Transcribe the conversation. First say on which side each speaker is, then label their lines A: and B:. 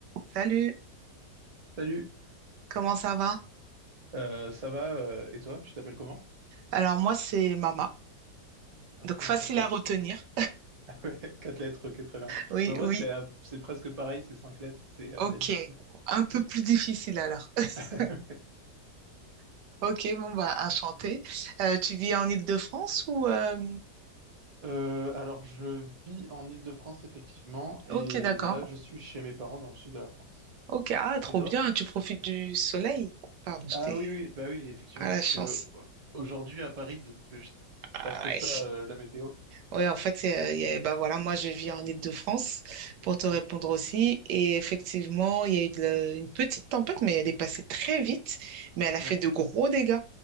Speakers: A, on the right; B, on the right.
A: Salut,
B: Salut,
A: comment ça va?
B: euh, ça va euh, et toi, tu t'appelles comment?
A: Alors moi c'est Mama,
B: Ok,
A: donc
B: enchanté.
A: facile à retenir.
B: <laughs> Ouais, quatre lettres, ok, très bien.
A: Oui,
B: Bah moi
A: oui,
B: c'est Ab- c'est presque pareil, c'est cinq lettres, c'est Abdel
A: ok.
B: du coup.
A: Un peu plus difficile alors. <laughs>
B: <laughs>
A: Ok, bon bah enchanté. Euh, tu vis en Île-de-France ou euh,
B: Euh, alors je vis en Île-de-France effectivement et
A: Ok, d'accord.
B: là je suis chez mes parents dans le sud de la France.
A: Ok, ah trop
B: Et toi?
A: bien, tu profites du soleil. Pardon, j'étais
B: Ah oui oui, bah oui effectivement
A: à la
B: parce
A: chance.
B: que aujourd'hui à Paris, de- que je-
A: Ah,
B: pas trop ça
A: ouais.
B: euh, la météo.
A: Oui, en fait, c'est, euh, il y a- bah voilà, moi je vis en Île-de-France pour te répondre
B: Ouais,
A: aussi. Et effectivement, il y a eu de la- une petite tempête, mais elle est passée très vite, mais elle a fait
B: ouais.
A: de gros dégâts.